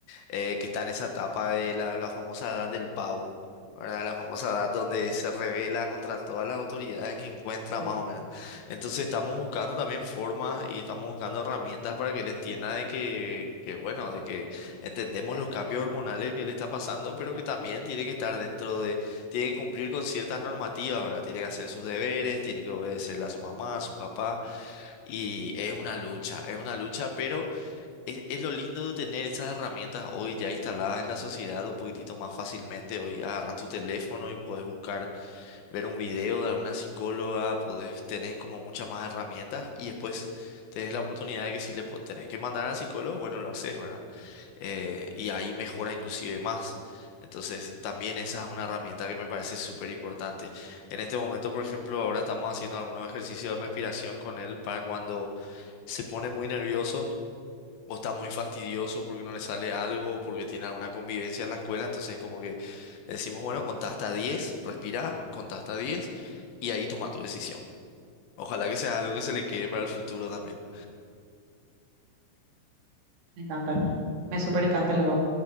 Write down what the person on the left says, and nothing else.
eh, que está en esa etapa de la, la famosa edad del pavo, ¿verdad? La famosa edad donde se revela contra todas las autoridades que encuentra,
más o menos. Entonces estamos buscando también formas y estamos buscando herramientas para que él entienda de que, que, bueno, de que entendemos los cambios hormonales que le está pasando, pero que también tiene que estar dentro de, tiene que cumplir con ciertas normativas, ¿verdad? Tiene que hacer sus deberes, tiene que obedecerle a su mamá, a su papá. Y es una lucha, es una lucha, pero es, es lo lindo de tener esas herramientas hoy ya instaladas en la sociedad un poquitito más fácilmente. Hoy agarras tu teléfono y puedes buscar, ver un video de alguna psicóloga, podés, tenés como muchas más herramientas y después tenés la oportunidad de que si le po- tenés que mandar al psicólogo, bueno, lo haces, ¿verdad? eh, y ahí mejora inclusive más. Entonces, también esa es una herramienta que me parece súper importante. En este momento, por ejemplo, ahora estamos haciendo algunos ejercicios de respiración con él para cuando se pone muy nervioso o está muy fastidioso porque no le sale algo o porque tiene alguna convivencia en la escuela. Entonces, como que decimos, bueno, contá hasta diez respirá, contá hasta 10 y ahí toma tu decisión. Ojalá que sea algo que se le quede para el futuro también.